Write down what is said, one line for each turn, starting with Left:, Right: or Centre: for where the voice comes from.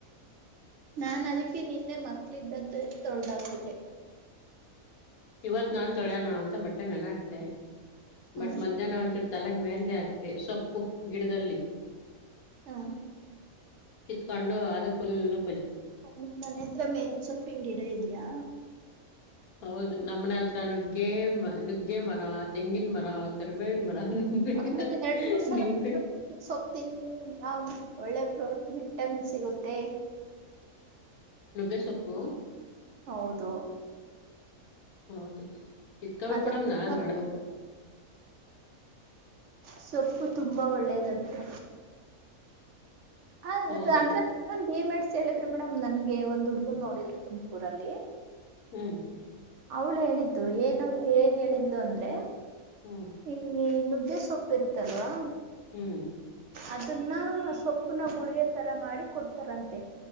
Right: ನಾನು ಅದಕ್ಕೆ ನಿನ್ನೆ ಮಕ್ಳಿದ್ದಂತೆ ತೊಳ್ದಾಕ್ಬಿಟ್ಟೆ
Left: <inaudible> ಇವತ್ ನಾನ್ ತೊಳ್ಯೋಣ ಅಂತ ಬಟ್ಟೆ ನೆನ ಆಕ್ತೆ
Right: ಹ
Left: ಬಟ್ ಮಧ್ಯಾಹ್ನ ಒಂದಚೂರ್ ತಲೆಗ್ ಮೆಹಂದಿ ಹಾಕ್ದೆ ಸೊಪ್ಪು ಗಿಡದಲ್ಲಿ
Right: ಹಾ
Left: ಕಿತ್ಕೊಂಡು ಅದು ಪುಲೂ
Right: ಹ ಮನೆ ಹತ್ರ ಮೆಹಾಂದಿ ಸೊಪ್ಪಿನ ಗಿಡ ಇದಿಯಾ
Left: ಹೌದು ನಮ್ಮನೆ ಹತ್ರ ನುಗ್ಗೆ ಮ ನುಗ್ಗೆ ಮರ ತೆಂಗಿನ ಮರ ಕರಿಬೇವಿನ ಮರ ನಿಂಬೆ
Right: ವಾರದಲ್ಲಿ ಎರಡ್ ಮೂರ್ ಸಲ
Left: ನಿಂಬೆ
Right: ನುಗ್ಗೇಸೊಪ್ಪು ತಿನ್ಬೇಕು ಅಲ್ವಾ ಒಳ್ಳೆ ಪ್ರೋಟಿನ್ ವಿಟಮಿನ್ ಸಿಗುತ್ತೆ.
Left: ಗೆ ಸೊಪ್ಪು
Right: ಹೌದು
Left: ಹೌದು ಕಿತ್ಕೋಬೇಕು
Right: ಅದ್ರಲ್ಲಿ
Left: ಮೇಡಮ್ ನಾನ್
Right: ತುಂಬಾ
Left: ಮಾಡ್ಬೇಕು
Right: ಸೊಪ್ಪು ತುಂಬಾ ಒಳ್ಳೆದಂತೆ ಹ
Left: ಹೌದು.
Right: ಅದ್ರೆ ಡಿಮಿಟ್ಸ್ ಹ್ ಹೇಳಿದ್ರು ಮೇಡಮ್ ನನ್ಗೆ ಒಂದ್ ಹುಡುಗನ್ ನೋಡಿದ್ರು ತುಮಕೂರಲ್ಲಿ
Left: ಹ್ಮ್
Right: ಅವಳು ಹೇಳಿದ್ದು ಏನ್ ಏನ್ ಹೇಳಿದ್ದು ಅಂದ್ರೆ
Left: ಹ್ಮ್,
Right: ಇನ್ನು ನುಗ್ ಗೇ ಸೊಪ್ಪು ಇರುತ್ತಲ್ವಾ
Left: ಹ್ಮ್
Right: ಅದನ್ನ ಸೊಪ್ಪನ ಗುಳಿಗೆ ತರ ಮಾಡಿ ಕೊಡ್ತಾರಂತೆ